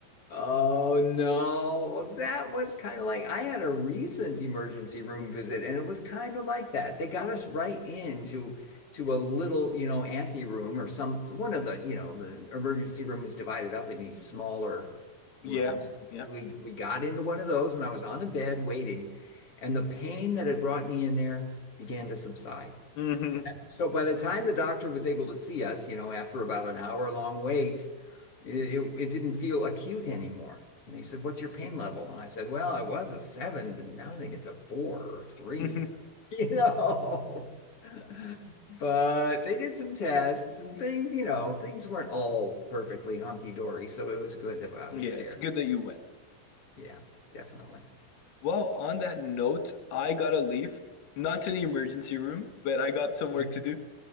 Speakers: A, on the left; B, on the left.
A: Oh no. Well, that was kind of like I had a recent emergency room visit and it was kind of like that. They got us right into to a little, you know, ante room or some one of the, you know, the emergency room is divided up in these smaller rooms.
B: Yeah, yeah.
A: We we got into one of those and I was on a bed waiting and the pain that had brought me in there began to subside.
B: hmm
A: So by the time the doctor was able to see us, you know, after about an hour long wait, it, it, it didn't feel acute anymore. And they said, What's your pain level? And I said, Well, it was a seven, but now I think it's a four or three,
B: <laughs> yeah,
A: you know. <laughs> But they did some tests and things, you know, things weren't all perfectly hunky dory. So it was good that I was
B: it's
A: there.
B: good that you went.
A: Yeah, definitely.
B: Well, on that note, I gotta leave. Not to the emergency room, but I got some work
A: Okay.
B: to do.